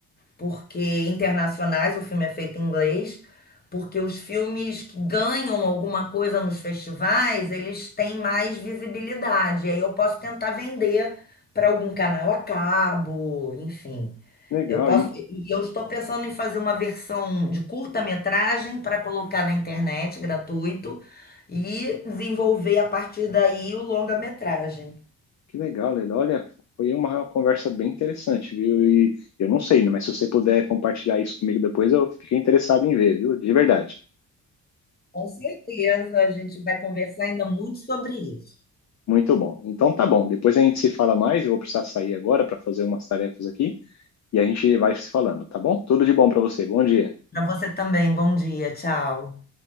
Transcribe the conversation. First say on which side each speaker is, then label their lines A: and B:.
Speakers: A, on the left (about 25°); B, on the left (about 45°).
A: porque internacionais, o filme é feito em inglês, porque os filmes que ganham alguma coisa nos festivais, eles têm mais visibilidade. Aí eu posso tentar vender para algum canal a cabo, enfim.
B: legal,
A: Eu posso,
B: e-
A: e eu estou pensando em fazer uma versão de curta-metragem para colocar na internet, gratuito, e desenvolver a partir daí o longa-metragem.
B: que legal, Leda. Olha, foi uma conversa bem interessante, viu? E eu não sei, né, mas se você puder compartilhar isso comigo depois, eu fiquei interessado em ver, viu? De verdade.
A: Com certeza, a gente vai conversar ainda muito sobre isso.
B: Muito bom. Então tá bom. Depois a gente se fala mais. Eu vou precisar sair agora para fazer umas tarefas aqui. e a gente vai se falando, tá bom? Tudo de bom para você. Bom dia.
A: Para você também, bom dia, tchau.